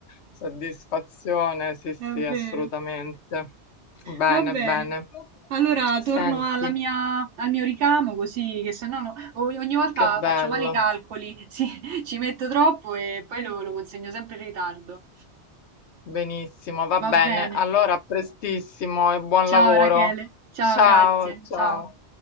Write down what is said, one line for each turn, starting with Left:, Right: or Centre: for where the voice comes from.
Left: soddisfazione, sì, sì,
Right: È vero.
Left: assolutamente. Bene,
Right: Va bene.
Left: bene.
Right: Allora
Left: Senti,
Right: torno alla mia, al mio ricamo così che se no no- ogni ogni volta
Left: che bello,
Right: faccio male i calcoli, <laughs> sì, ci metto troppo e poi lo, lo consegno sempre in ritardo.
Left: benissimo, va bene.
Right: Va bene.
Left: Allora, a prestissimo e buon
Right: Ciao
Left: lavoro.
Right: Rachele, ciao,
Left: Ciao,
Right: grazie,
Left: ciao.
Right: ciao.